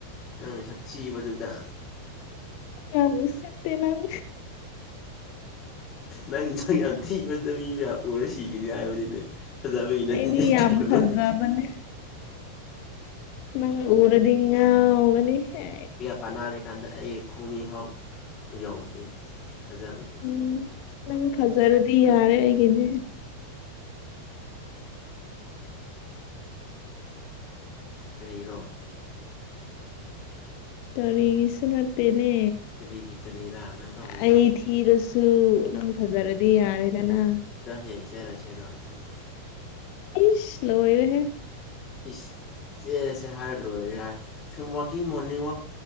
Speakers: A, on the left (about 30°); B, on the left (about 45°).
A: ꯅꯪ ꯁꯛꯊꯤꯕꯗꯨꯗ
B: ꯌꯥꯝ ꯎꯁꯤꯠꯇꯦ ꯅꯪ
A: ꯅꯪ ꯁꯛ ꯌꯥꯝ ꯊꯤꯕꯗꯣ ꯃꯤ ꯃꯌꯥꯝ ꯎꯔ ꯁꯤꯒꯅꯤ ꯍꯥꯏꯕꯅꯤꯅꯦ ꯐꯖꯥꯕꯒꯤ ꯅꯠꯇꯦꯅꯦ
B: ꯑꯩꯗꯤ ꯌꯥꯝ
A: ꯊꯣꯛꯒꯅꯨ
B: ꯐꯖꯕꯅꯦ
A: ꯍꯥꯢꯁꯦ
B: ꯅꯪ ꯎꯔꯗꯤ ꯉꯥꯎꯒꯅꯤ ꯍꯦ
A: ꯄꯥꯅꯔꯀꯥꯟꯗ ꯑꯩ ꯈꯣꯡꯐꯥꯎ ꯌꯧꯗꯦ ꯐꯖꯕꯗꯨ
B: ꯢꯁ ꯅꯪ ꯐꯖꯔꯗꯤ ꯌꯥꯔꯦ ꯑꯩꯒꯤꯗꯤ
A: ꯀꯔꯤꯒꯤꯔꯣ
B: ꯀꯔꯤꯁꯨ ꯅꯠꯇꯦꯅꯦ
A: ꯀꯔꯤꯒꯤ ꯀꯔꯤꯔꯥ ꯅꯪ ꯇꯧꯔꯤꯗꯣ
B: ꯑꯩ ꯊꯤꯔꯁꯨ ꯅꯪ ꯐꯖꯔꯗꯤ ꯌꯥꯔꯦꯗꯅ
A: ꯍꯌꯦꯡ ꯆꯦꯜꯂꯁꯤꯔꯣ ꯏꯕꯥꯅꯤ
B: ꯏꯁ ꯂꯣꯏꯔꯦꯍꯦ
A: ꯏꯁ ꯆꯦꯜꯂꯁꯦ ꯍꯥꯏꯔ ꯂꯣꯏꯔꯦ ꯍꯥꯏ ꯁꯨꯝ ꯋꯥꯛꯀꯤꯡ ꯃꯣꯔꯅꯤꯡ